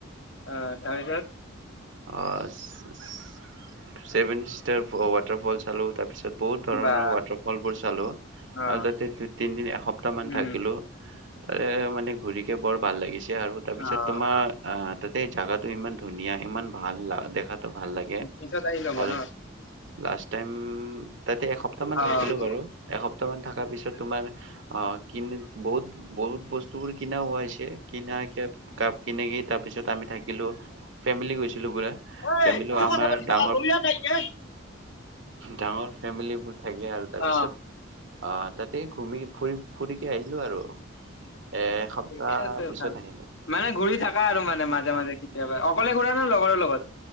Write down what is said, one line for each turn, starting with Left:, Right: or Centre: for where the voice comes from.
Left: অ', তাৰ পিছত।
Right: অ', চেভেন ছিষ্টাৰ্ছ ৱাটাৰফল চালোঁ তাৰ পিছত বহুত ধৰণৰ
Left: বা
Right: ৱাটাৰফল বোৰ চালো।
Left: অ',
Right: আৰু তাতে দু, তিনদিন এসপ্তাহ মান
Left: উম,
Right: থাকিলো। তাৰে ঘূৰিকে বৰ ভাল লাগিছে আৰু, তাৰ পিছত
Left: অ'।
Right: তোমাৰ আহ তাতে জোগাটো ইমান ধুনীয়া ইমান ভাল দেখাতো ভাল লাগে,
Left: পিছত আহি ল'ব
Right: আৰু
Left: ন
Right: লাষ্ট টাইম তাতে এসপ্তহ মান
Left: অ'।
Right: থাকিলো বাৰু। এসপ সপ্তাহমন থকা পিছত তোমাৰ অ', কিন বহুত বহুত বছ স্তুবোৰ কিনা হোৱা হৈছে, কিনা কেপ কাপ কিনে কি তাৰ পিছত আমি থাকিলো। ফেমিলি গৈছ ছিলোঁ পুৰা।
Left: অ',
Right: ফেমিলি
Left: কি
Right: আমাৰ
Left: কথা পাতি থকা
Right: ডাঙৰ
Left: গলিয়া নাই ইতিয়া।
Right: ডাঙৰ ফেমিলিবোৰ থাকে আৰু। তাৰ
Left: অ',
Right: পিছত অ', তাতে ঘুমি ফুৰি, ফুৰি কে আহিলো আৰু। এ এসপ্তাহ
Left: ঠিকে আছে
Right: পিছত
Left: ভাল,
Right: আহিলো।
Left: মানে ঘূৰি থকা আৰু মানে মাজে মাজে কেতিয়াবা অকলে ঘুৰা নে লগৰ লগত?